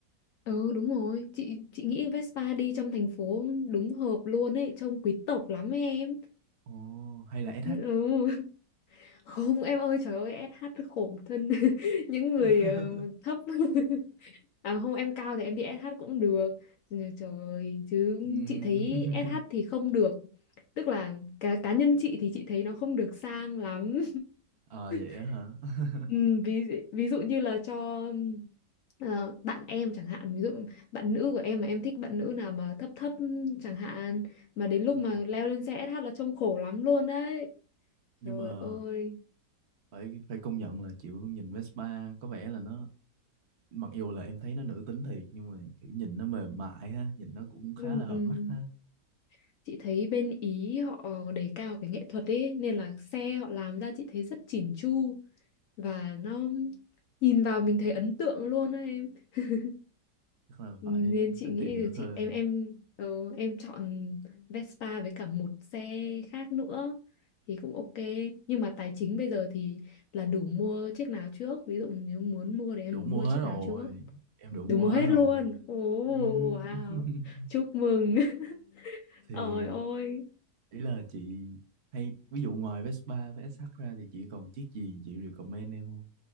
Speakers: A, on the left; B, on the right.
A: Ừ đúng rồi, chị chị nghĩ Vespa đi trong thành phố đúng hợp luôn ấy, trông quý tộc lắm ấy em.
B: ồ hay là
A: Ừ.
B: SH
A: Không em ơi trời ơi SH khổ thân <laughs> những người
B: <laughs>
A: ờ, thấp <laughs> à không em cao thì em đi SH cũng được Rồi, trời ơi, chứ
B: Ừm.
A: chị thấy
B: <laughs>
A: SH thì không được tức là cá cá nhân chị thì chị thấy nó không được sang lắm
B: Ờ vậy
A: <laughs>
B: á hả? <laughs>
A: ừ, ví ví dụ như là cho ờ, bạn em chẳng hạn ví dụ bạn nữ của em mà em thích bạn nữ nào mà thấp thấp chẳng hạn mà đến lúc
B: Ừ.
A: mà leo lên xe SH là trông khổ lắm luôn đấy
B: Nhưng
A: trời
B: mà
A: ơi
B: phải phải công nhận là kiểu nhìn Vespa có vẻ là nó mặc dù là em thấy nó nữ tính thiệt nhưng mà kiểu nhìn nó mềm mại ha, nhìn nó cũng khá
A: Ừm,
B: là hợp
A: ừm.
B: mắt ha.
A: Chị thấy bên Ý họ đề cao cái nghệ thuật ấy nên là xe họ làm ra chị thấy rất chỉn chu và nó nhìn vào mình thấy ấn tượng luôn á em <laughs>
B: Chắc là
A: nên
B: phải
A: chị
B: phải
A: nghĩ
B: tìm hiểu
A: là chị
B: thêm.
A: em em ờ, em chọn Vespa với cả một xe khác nữa thì cũng ok nhưng mà tài chính bây giờ thì là đủ mua chiếc nào trước ví dụ nếu muốn mua thì em
B: Đủ
A: muốn
B: mua
A: mua chiếc
B: hết rồi.
A: nào trước
B: Em đủ mua
A: đủ mua hết
B: hết rồi.
A: luôn ồ
B: Ừm.
A: wow
B: <laughs>
A: chúc mừng <laughs>
B: Thì
A: Ôi ôi
B: ý là chị hay ví dụ ngoài Vespa với SH ra thì chị còn chiếc gì chị recommend em không?